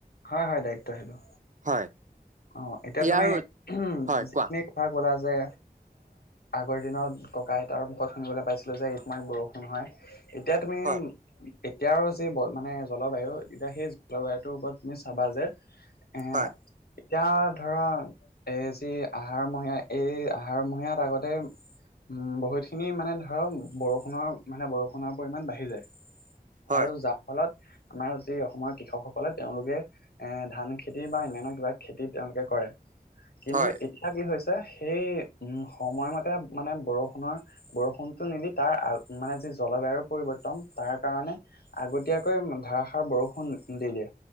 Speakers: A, on the left; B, on the right.
A: হয় হয় দায়িত্ব সেইটো।
B: হয়
A: অ এতিয়া
B: ইয়াৰ
A: তুমি উ
B: হয়
A: যিখিনি
B: কোৱা
A: কথা কলা যে আগৰ দিনৰত ককা আইতাৰ মুখত শুনিবলৈ পাইছিলোঁ যে ইটো ইমান বৰষুণ হয় এতিয়া তুমি
B: হয়
A: এতিয়াৰ যি মানে জলবায়ু এতিয়া সেই জলবায়ুটোৰ ওপৰত তুমি চাবা যে এ
B: হয়।
A: এতিয়া ধৰা এই যি আহাৰ মহীয়া এই আহাৰ মহীয়াত আগতে উম বহুতখিনি মানে ধৰ বৰষুণৰ মানে বৰষুণৰ পৰিমমান বাঢ়ি যায়।
B: হয়
A: আৰু যাৰ ফলত আমাৰ যি অসমৰ কৃষকসকলে তেওঁলোকে এ ধান খেতি বা অন্যান কিবাক খেতি তেওঁলোকে কৰে। কিন্তু
B: হয়
A: এতিয়া কি হৈছে সেই উম সময়মতে মানে বৰষুণৰ বৰষুণতটো নিমি তাৰ মানে জলবায়ু পৰিৱৰ্তন, তাৰ কাৰণে আগতীয়াকৈ ধাৰাসাৰ বৰষুণ দি দিয়ে।